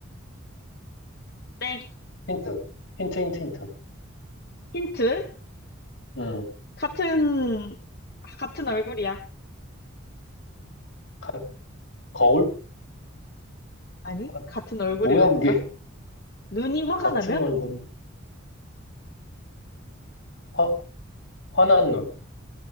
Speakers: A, on the left (about 50°); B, on the left (about 65°).
A: 땡.
B: 힌트. 힌트, 힌트, 힌트.
A: 힌트?
B: 음,
A: 같은, 같은 얼굴이야.
B: 가- 거울?
A: 아니,
B: 아,
A: 같은 얼굴이라니까?
B: 뭐야, 그게.
A: 눈이 화가
B: 같은
A: 나면?
B: 얼굴이. 화, 화난 눈.